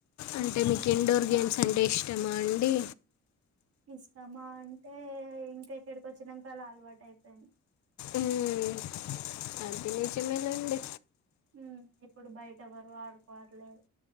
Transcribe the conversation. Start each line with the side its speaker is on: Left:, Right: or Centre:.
Left: అంటే మీకు ఇండోర్ గేమ్స్ అంటే ఇష్టమా అండి
Right: ఇస్తామా అంటే ఇంకెక్కడికి వచ్చినాక అలా అలవాటు అయిపోయింది
Left: ఉమ్అది చిిన్నల ఉడి
Right: ఉఇప్పుడు బయట వరు ఆడుకోవటలెదు